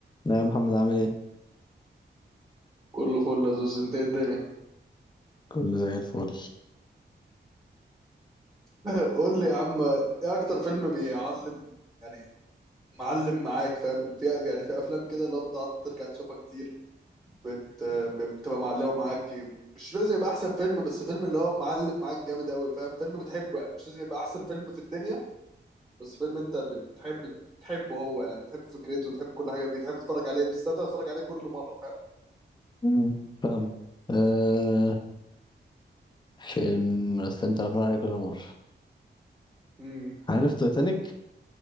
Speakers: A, on the left; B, on the right.
A: لا يا محمد عامل ايه؟
B: كله فل يا زوز انت ايه الدنيا
A: كله زي الفل
B: <laughs> قول لي يا عم ايه اكتر فيلم بيعلم يعني معلم معاك فاهم فيها يعني فيها افلام كده اللي هو بتقعد ترجع تشوفها كتير بت... بتبقى معلمه معاك مش لازم يبقى احسن فيلم بس فيلم اللي هو معلم معاك جامد قوي فاهم فيلم بتحبه يعني مش لازم يبقى احسن فيلم في الدنيا بس فيلم انت بتحب تحبه هو يعني تحب فكرته وتحب كل حاجه فيه تحب تتفرج عليه بتستمتع تتفرج عليه كل مره فاهم
A: مم. فاهم آه فيلم رسمت الأفلام عليه كل مرة
B: امم
A: عارف تايتانيك؟